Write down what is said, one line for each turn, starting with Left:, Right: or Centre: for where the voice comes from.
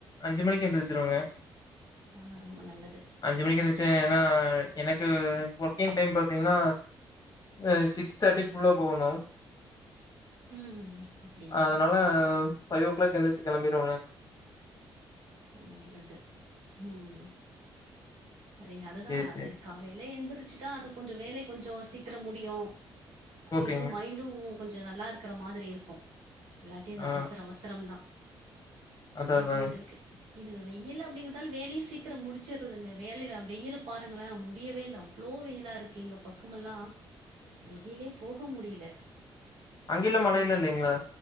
Left: அஞ்சு மணிக்கு எந்திரிச்சிருவங்க
Right: ஆ, ரொம்ப நல்லது
Left: அஞ்சு மணிக்கு எந்திரச்சே ஏனா எனக்கு ஒர்க்கிங் டைம் பாத்தீங்ன்னா அ சிக்ஸ் தேர்ட்டிக்குள்ளப் போகணு
Right: ம் அப்படியா
Left: அதனால ஃபைவ் ஓ கிளாக் எந்துரிச்க் கெளம்பிறுவோங்க
Right: ரொம்ப நல்லது உம் செரிங்க அதுதா
Left: சேரி சேரி
Right: அது காலேல எந்துரிச் ச்சிட்டா அது கொஞ்சோ வேலை கொஞ்சோ சீக்கிரம் முடியு அ
Left: ஓகேங்க.
Right: எதோ மைண்டு உ கொஞ்சோ நல்லா இருக்கற மாதிரி இருக்கு எல்லாட்டியு
Left: ஆ
Right: இந்த அவசர அவசரம்தா
Left: அதா
Right: அப்டியே
Left: அதாங்க.
Right: போயிட்டு இருக்கு இதுக வெயில் அப்டிங்கறதால வேலையு சீக்கிரம் முடிச்சிறுதுங்க வேலைய வெயில் பாருங்களே முடியவே இல்ல அவ்ளோ வெயிலா இருக்கு எங்க பக்கமெல்லா வெளிலேயே போக முடியல
Left: அங்கில்லா
Right: பத்து
Left: மழையெல்லா
Right: மணிக்கு
Left: இல்லேங்களா